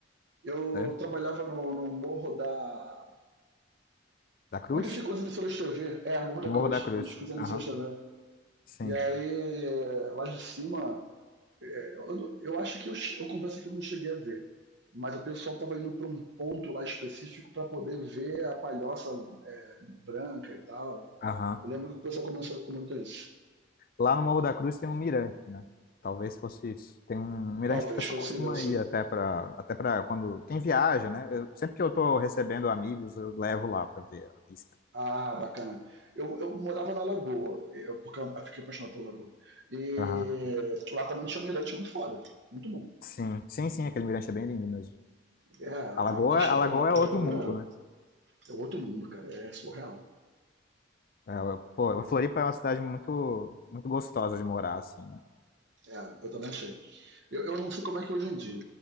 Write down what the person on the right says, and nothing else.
Eu
trabalhava no, no morro da.
Onde ficam as emissoras de TV? É, Morro da
Cruz,
onde ficam
as emissoras de TV.
E aí, lá de cima, eu, eu acho que eu, eu confesso que eu não cheguei a ver, mas o pessoal estava indo para um ponto lá específico para poder ver a palhoça branca e tal.
Eu lembro que o pessoal começou a comentar isso.
Talvez
fosse
isso.
Ah, bacana. Eu, eu morava na Lagoa, eu, porque eu fiquei apaixonado pela Lagoa. E
lá também tinha um mirante muito foda, muito bom.
É,
a vista
pela, pela
Lagoa
é outro mundo, cara, é surreal.
É, eu também achei. Eu, eu não sei como é que é hoje em dia,